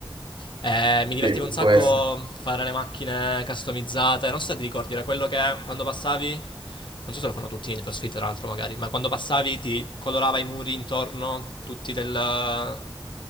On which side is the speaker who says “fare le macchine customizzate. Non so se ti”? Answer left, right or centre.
Left